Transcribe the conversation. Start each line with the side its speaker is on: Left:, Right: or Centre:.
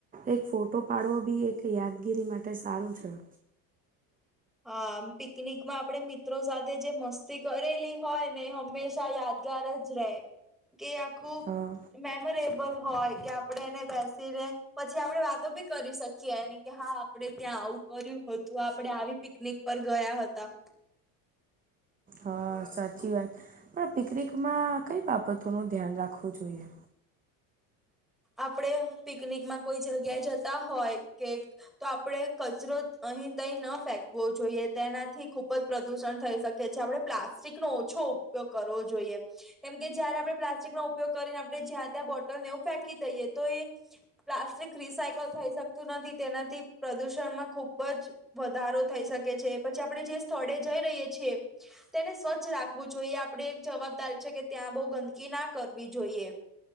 Right: એક ફોટો પાડવો બી એક યાદગીરી માટે સારું છે.
Centre: હા, પિકનિક માં આપણે મિત્રો સાથે જે મસ્તી કરેલી હોય ને, હંમેશા યાદ રહે. યાદગાર જ રહે, કે આખું
Right: હા
Centre: મેમોરેબલ હોય કે, આપણે એને બેસીને પછી આપણે વાતો બી કરી શકીએ, એની કે હા. આપણે ત્યાં આવું કર્યું હતું, આપડે આવી પિકનિક પર ગયા હતા.
Right: હા, સાચી વાત. પણ પિકનિકમાં કઈ બાબતોનું ધ્યાન રાખવું જોઈએ.
Centre: આપણે પિકનિકમાં કોઈ જગ્યાએ જતા હોય કે. તો આપણે કચરો અહીં તઈ ન ફેંકવો જોઈએ, તેનાથી ખુબ જ પ્રદુષણ થઈ શકે. કે છે. આપણે પ્લાસ્ટિકનો ઓછો ઉપયોગ કરવો જોઈએ. કેમ કે જયારે આપણે પ્લાસ્ટિક નો ઉપયોગ કરીને, આપણે જ્યાં ત્યાં બોટલનેું ફેંકી દઈએ તો એ. પ્લાસ્ટિક રીસાયકલ થઈ શકતું નથી, તેનાથી પ્રદુષણમાં ખુબ જ વધારો થઈ શકે છે, પછી આપણે જે સ્થળે જઈ રહીએ છીએ. તેને સ્વચ્છ રાખવું જોઈએ, આપણેે એક જવાબદારી છે કે, ત્યાં બહુ ગંદકી ના કરવી જોઈએ.